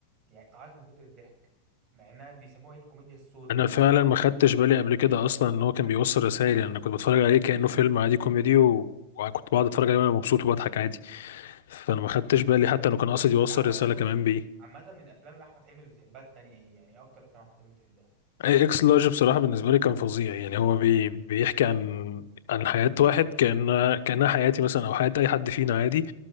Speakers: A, on the right; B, on the left.
A: يعني تعيط من كتر الضحك مع انها بيسموها ايه الكوميديا السوداء
B: انا
A: كده
B: فعلا
A: تعيط
B: ما خدتش
A: من
B: بالي
A: الضحك
B: قبل كده اصلا ان هو كان بيوصل رسائل يعني انا كنت بتفرج عليه كانه فيلم عادي كوميدي و... وكنت بقعد اتفرج عليه وانا مبسوط وبضحك عادي فانا ما خدتش بالي حتى انه كان قاصد يوصل
A: انت عامه
B: رساله كمان بيه
A: عامه من افلام احمد حلمي اللي بتحبها التانيه ايه يعني ايه اكتر افلام احمد حلمي بتحبها
B: اكس لارج بصراحة بالنسبة لي كان فظيع يعني هو بي بيحكي عن عن حياة واحد كأن كأنها حياتي مثلا أو حياة أي حد فينا عادي